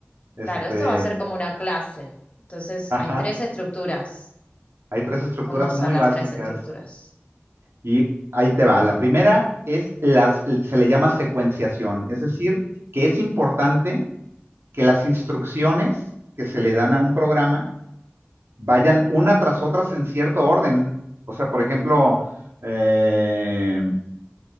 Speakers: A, on the right; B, on the left.
A: Este,
B: Claro, esto va a ser como una clase. Entonces,
A: ajá,
B: hay tres estructuras.
A: hay tres estructuras
B: ¿Cómo son
A: muy
B: las
A: básicas
B: tres estructuras?
A: y ahí te va. La primera es las, se le llama secuenciación, es decir, que es importante que las instrucciones que se le dan a un programa vayan una tras otras en cierto orden. O sea, por ejemplo, eh,